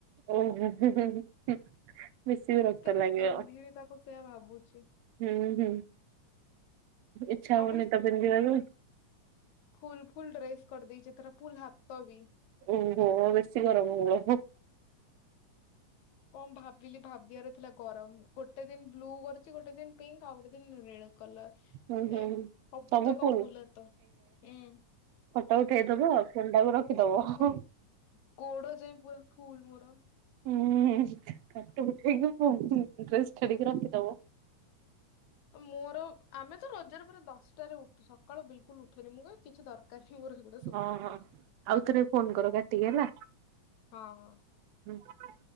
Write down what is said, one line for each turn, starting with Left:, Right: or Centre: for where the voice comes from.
Right: ଉଁ ହୁଁ ଉଁ। ବେଶି ବିରକ୍ତ
Left: କେମିତି
Right: ଲାଗିବ
Left: ପିନ୍ଧିବି ତାକୁ ସେୟା ଭାବୁଛି
Right: ହୁଁ ହୁଁ। ଇଚ୍ଛା
Left: ଆଉ
Right: ହୁଏନି ତ ପିନ୍ଧିବାକୁ।
Left: ଫ୍ଲୁଲୁ ଫ୍ଲୁଲୁ ଡ୍ରେସ କରିଦେଇଚି। ଫ୍ଲୁଲୁ ହାତ ବି।
Right: ଓ ହୋ ବେଶୀ ଗରମ ହେବ ହେ।
Left: କଣ ଭାବିଲି ଭାବିବାର ଥିଲା ଗରମ। ଗୋଟେ ଦିନ ବ୍ଲୁ କରି ଅଛି ଗୋଟେ ଦିନ ପିଙ୍କ ଆଉ ଗୋଟେ ଦିନ ନିଳ କଲର
Right: ହୁଁ
Left: ନେ
Right: ହୁଁ। ହୁଁ
Left: ସବୁତକ
Right: ସବୁ ଫୁଲ
Left: ଫ୍ଲୁଲୁ ହାତ ଉୁଁ।
Right: ଫଟ ଉଠେଇଦବ। ଆଉ ଫୋନଟା କୁ ରଖିଦବ।
Left: ଉପରୁ ଗୋଡ ଯାଇଏଁ ପୁରା ଫ୍ଲୁଲୁ ମୋର।
Right: ହୁଁ ଫଟ ଉଠେଇକି ହୁଁ ଡ୍ରେସ କାଡିକି ରଖିଦବ।
Left: ମୋର ଆମେ ତ ରଜରେ ପୁରା ଦଶଟାରେ ଉଠୁ ସକାଳୁ ବିଲିକୁଲ ଉଠେନି। ମୁଁ କ କିଛି ଦରକାର ନାହିଁ ମୋର ସେଇଗୁଡା
Right: ଓଁହୋ ଆଉଥରେ ଫୋନ କର କାଟିକି ହେଲା।
Left: ହଁ ହଁ
Right: ହୁଁ <unintelligible>